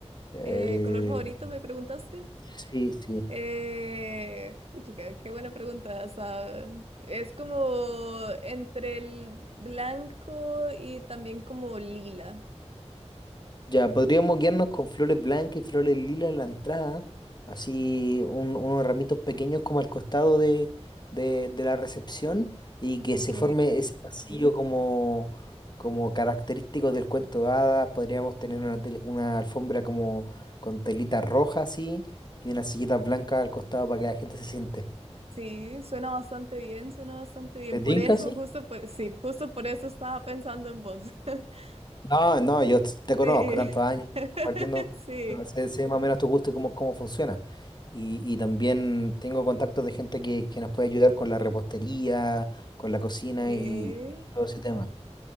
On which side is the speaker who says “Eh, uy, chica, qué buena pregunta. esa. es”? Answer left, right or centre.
Right